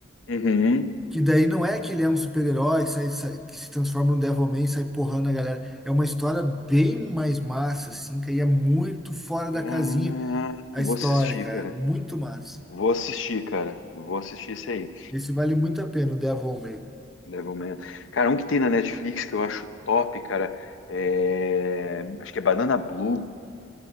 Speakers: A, on the left (about 85°); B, in the centre.
A: Uhum.
B: Que daí não é que ele é um super-herói que, sai- sai- que se transforma num Devilman e sai porrando a galera. É uma história bem mais massa, assim, que aí é muito fora da casinha
A: Ah,
B: a
A: vou
B: história,
A: assistir,
B: cara.
A: cara.
B: Muito massa.
A: Vou assistir, cara. Vou assistir isso aí.
B: Esse vale muito a pena, o Devilman.
A: Devilman. Cara, um que tem na Netflix que eu acho top, cara. é- Acho que é Banana Blue,